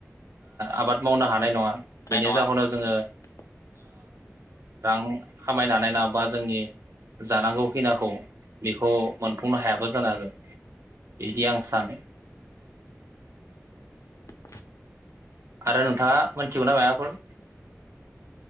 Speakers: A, on the right; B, on the left.
A: आबाद मावनो हानाय नङा बेनि
B: नाय नङा
A: जाहोनाव
B: औ
A: जोङो
B: ओ
A: रां खामायनो हानाय नंङा बा जोंनि जानांगौ फैनाखौ बेखौ मोनफुंनो हायाबा जानो हागो। इदि आं हा सानो।
B: उम औ
A: आरो नोंथाङा मोनथिगौ ना मायबाफोर?